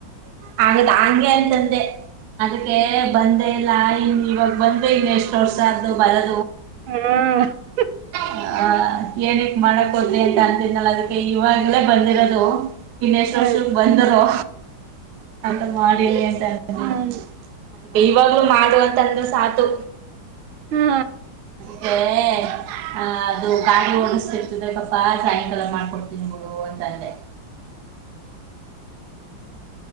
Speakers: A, on the right; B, on the right.
A: ಹಾಗದು ಹಂಗೆ ಅಂತಂದೆ ಅದಕ್ಕೆ
B: ಹ್ಮ್
A: ಬಂದೆ ಇಲ್ಲ ಇನ್ ಇವಾಗ ಬಂದ್ರೆ ಇನ್ ಎಷ್ಟ್ ವರ್ಷ ಅ್ದು ಬರದು
B: ಹಾ
A: ಹ್ಮ ಏನಕ್ ಮಾಡಕ್ ಹೋದ್ಲಿ ಅಂತ ಅಂತಿದ್ನಲ್ಲ ಅದಕ್ಕೆ ಇವಾಗ್ಲೇ ಬಂದಿರೋದು ಇನ್ನೆಷ್ಟು
B: ಹ್ಮ್
A: ವರ್ಷಕ್ ಬಂದರುೋ ಅಂತ ಮಾಡಿಲಿ ಅಂತ ಅ
B: ಹ್ಮ್
A: ಅ ಇವಾಗ್ಲುೂ ಮಾಡುವ ಅಂತ ಅಂದ್ರೆ ಸಾಕು
B: ಹ್ಮ
A: ಹ್ ಅ ಅದು ಗಾಡಿ ಓಡಸ್ತಿ ಇರ್ತದೆ ಪಾಪಾ ಸಾಯಂಕಾಲ ಮಾಡ್ಕೊಡ್ತೀನ್ಿ ಬಿುಡು ಅಂತ ಅಲ್ಲೆ
B: <inaudible> <unintelligible>